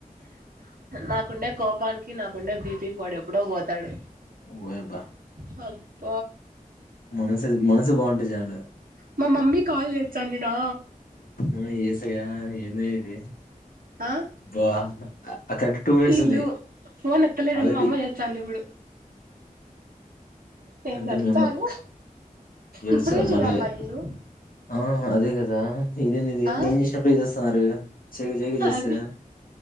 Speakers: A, on the right (about 80°); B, on the left (about 75°).
A: నాకుండే కోపానికి నాకుండే బీపీకి వాడు ఎప్పుడో పోతాడు
B: ఓయబ
A: హబ్బ
B: మనసు మనసు బాగుంటేయి చాలు
A: మా మమ్మీ కాల్ వచ్చాన్నిడా
B: ఆ ఏసగా ఏను ఇది
A: ఆ
B: బా అక్కడక్ టూ మినిట్స్
A: ఈళ్ళు
B: ఉంది
A: ఫోన్ ఎత్తలేదని
B: ఆల్రెడీ
A: మా అమ్మ చేచ్చాంది ఇప్పుడు నేను
B: అంటే
A: చచ్చాను
B: మీ అమ్మ ఏడుచ
A: ఇప్పుడే చెయ్యాలా
B: మళ్ళీ
A: ఈళ్ళు
B: ఆ అదే కదా ఇదేది
A: ఆ
B: నేను చేసినప్పుడే వస్తున్నారు చెయ్యక చెయ్యక చేస్తేయ్
A: అది